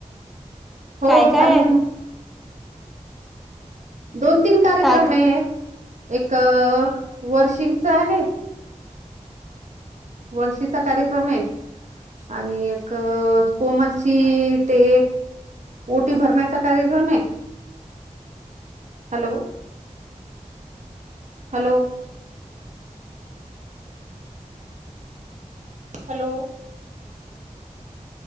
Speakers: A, on the right; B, in the centre.
A: हो
B: काय काय
A: चालले
B: हाय?
A: ना दोन तीन कार्यक्रम
B: काय
A: आहे, एक वर्षींचा आहे वर्षीचा कार्यक्रम आहे. आणि एक कोमलची ते ओटी भरण्याचा कार्यक्रम आहे. Hello. Hello. Hello.